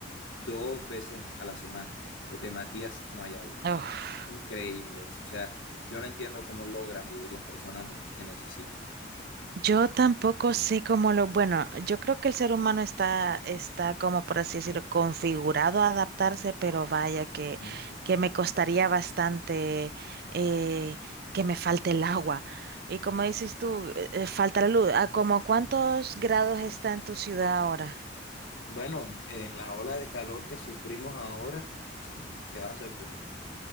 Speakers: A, on the left; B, on the right.
A: dos veces a la semana. Los demás días no hay agua.
B: Uf.
A: increíbles O sea, yo no entiendo cómo logran vivir las personas en, en ese sitio.
B: Yo tampoco sé cómo lo... Bueno, yo creo que el ser humano está, está como por así decirlo, configurado a adaptarse, pero vaya que,
A: ¿Mm?
B: que me costaría bastante eh, que me falte el agua. Y como dices tú, eh, eh, falta la luz. ¿A como cuántos grados está en tu ciudad ahora?
A: Bueno, en la ola de calor que sufrimos ahora, te vas a sorprender.